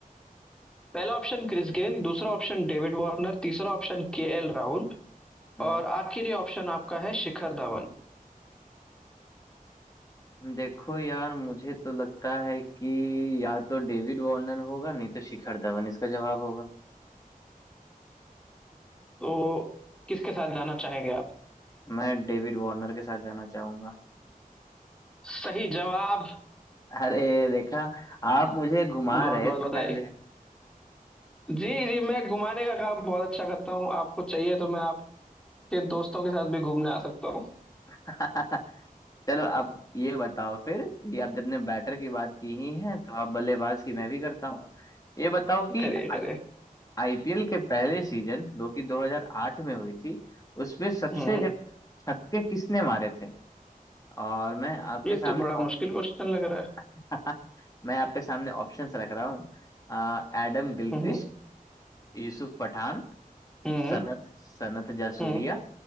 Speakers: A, in the centre; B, on the left (about 25°).
A: पहला ऑप्शन क्रिस गेल दूसरा ऑप्शन डेविड वार्नर तीसरा ऑप्शन केएल राहुल
B: हम्म
A: और आखिरी ऑप्शन आपका है शिखर धवन
B: देखो यार मुझे तो लगता है कि या तो डेविड वार्नर होगा नहीं तो शिखर धवन इसका जवाब होगा
A: तो किसके साथ जाना चाहेंगे आप
B: मैं डेविड वार्नर के साथ जाना चाहूंगा
A: सही जवाब
B: अरे देखा आप मुझे घुमा
A: बहुत
B: रहे
A: बहुत
B: थे
A: बधाई
B: पहले
A: जी जी मैं घुमाने का काम बहुत अच्छा करता हूँ आपको चाहिए तो मैं आपके दोस्तों के साथ भी घूमने आ सकता हूँ
B: <laughs> चलो अब ये बताओ फिर कि अब जब ने बैटर की बात की ही है तो अब बल्लेबाज की मैं भी करता हूँ ये बताओ कि
A: करिए करिए
B: आई आईपीएल के पहले सीजन जो कि 2008 में हुई थी उसमें सबसे
A: हम्म
B: ज्यादा छक्के किसने मारे थे और मैं आपके
A: ये
B: सामने
A: तो बड़ा मुश्किल
B: ऑप-
A: क्वेश्चन लग रहा है
B: <laughs> मैं आपके सामने ऑप्शंस रख रहा हूँ अ, एडम गिलक्रिस्ट
A: हम्म
B: यूसुफ पठान
A: हम्म
B: सनत सनत जयसूर्या
A: हम्म